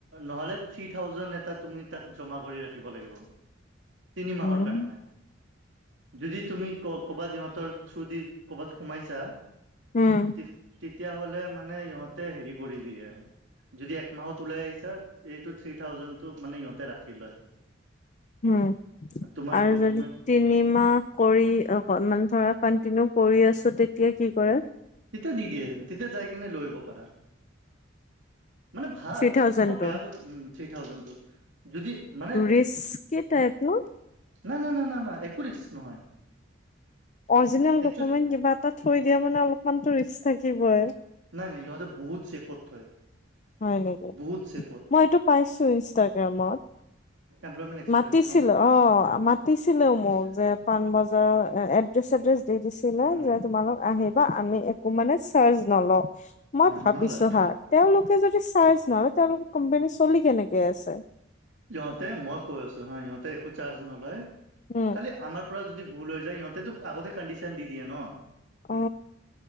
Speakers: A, on the right; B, on the left.
A: নহ'লে থ্ৰী থাউজেণ্ড এটা তুমি তাত জমা কৰি ৰাখিব লাগিব। তিনি মাহৰ
B: উম,
A: কাৰণে, যদি তুমি ক ক'বাত সিহঁতৰ থ্ৰু দি কৰ'বাত সোমাইছা,
B: উম,
A: তেতিয়াহ'লে মানে ইহঁতে, হেৰি কৰি দিয়ে। যদি একমাহত ওলাই আহিছা, এইটো থ্ৰী থাউজেণ্ড টো মানে ইিহঁতে ৰাখি লয়।
B: উম,
A: তোমাৰ
B: আৰু
A: ডকুমেণ্ট
B: যদি তিনিমাহ
A: উম,
B: কৰি অকমান ধৰক কণ্টিনিউ কৰি আছো, তেতিয়া কি কৰে?
A: তেতিয়া দি দিয়ে, তেতিয়া যাই কিনে লৈ আহিব পাৰা। মানে ভাল,
B: থ্ৰী থাউজেণ্ডটো
A: মই বেয়া বুলি উম, থ্ৰী থাউজেণ্ডটো, যদি মানে
B: ৰিক্স, কেই টাইপ নো?
A: ন, ন, ন, ন, ন, একো ৰিক্স নহয়।
B: অৰজিনেল
A: একচুৱেল
B: ডকুমেণ্ট কিবা এটা থৈ দিয়া, মানে অলপমানটো ৰিক্স থাকিবই।
A: নাই, নাই ইহঁতে বহুত চেফত থয়।
B: হয় নেকি?
A: বহুত ছেফত
B: মই এইটো পাইছো ইনষ্টাগ্ৰামত।
A: এমপ্লয়মেণ্ট এক্সপ্ৰেছ
B: মাতিছিলো
A: ন
B: অ, মাতিছিলো
A: আচ্ছা
B: মোক যে, পাণবজাৰ এ এড্ৰেছ, চেড্ৰেছ দি দিছিলে,
A: উম
B: যে
A: হুম
B: তোমালোক আহিল বা আমি একো মানে চাৰ্জ নলওঁ, মই
A: হা
B: ভাবিছো
A: নলয়
B: হা তেওঁলোকে যদি চাৰ্জ নলয়, তেওঁলোকৰ কোম্পানী চলি কেনেকে আছে?
A: ইহঁতে মই কৈ আছো হা, ইহঁতে একো চাৰ্জ নলয়,
B: উম
A: খালি আমাৰ যদি ভুল হৈ যায়, সিহঁতেতো আগতে কণ্ডিচন দি দিয়ে ন,
B: অ